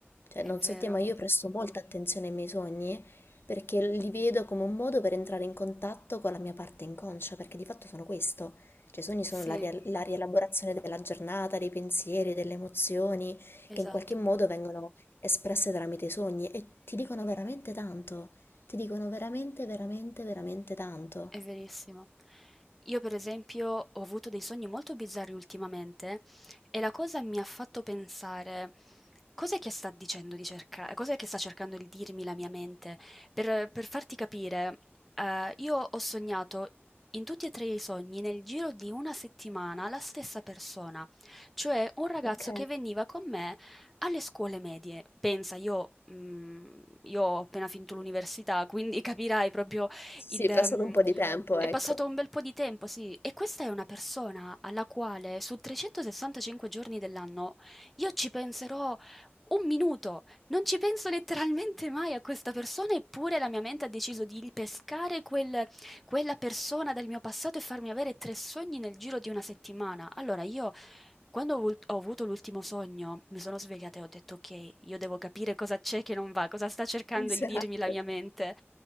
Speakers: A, on the left; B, in the centre.
A: Cioè,
B: è
A: non
B: vero.
A: so te, ma io presto molta attenzione ai miei sogni perché li vedo come un modo per entrare in contatto con la mia parte inconscia, perché di fatto sono questo. Cioè, i sogni
B: Sì,
A: sono la, ria- la rielaborazione della giornata, dei pensieri, delle emozioni,
B: esatto.
A: che in qualche modo vengono espresse tramite i sogni e ti dicono veramente tanto. Ti dicono veramente, veramente, veramente tanto.
B: È verissimo. Io per esempio ho avuto dei sogni molto bizzarri ultimamente e la cosa mi ha fatto pensare cos'è che sta dicendo di cercare, cos'è che sta cercando di dirmi la mia mente. Per, per farti capire, eh, io ho sognato in tutti e tre i sogni nel giro di una settimana la stessa persona, cioè un ragazzo
A: Ok.
B: che veniva con me alle scuole medie. Pensa, io, mm, io ho appena finito l'università, quindi <laughs> capirai proprio
A: Sì,
B: il
A: sì, è passato
B: mhmm,
A: un po' di tempo,
B: è
A: ecco.
B: passato un bel po' di tempo, sì, e questa è una persona alla quale su 365 giorni dell'anno io ci penserò 1 minuto, non ci penso letteralmente mai a questa persona, eppure la mia mente ha deciso di ripescare quel quella persona dal mio passato e farmi avere 3 sogni nel giro di 1 settimana. Allora io quando ho avut ho avuto l'ultimo sogno, mi sono svegliata e ho detto: "Okay, io devo capire cosa c'è che non va, cosa sta cercando
A: Esatto,
B: di dirmi la mia mente".